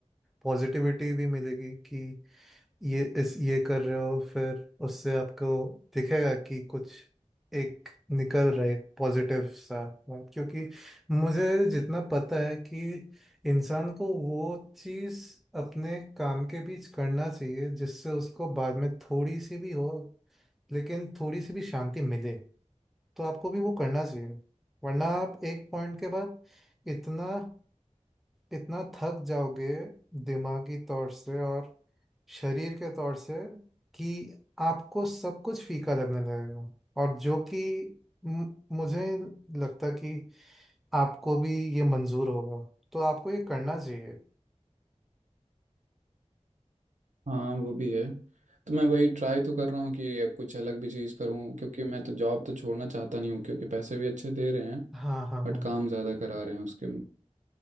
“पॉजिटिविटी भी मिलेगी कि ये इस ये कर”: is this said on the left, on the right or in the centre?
Centre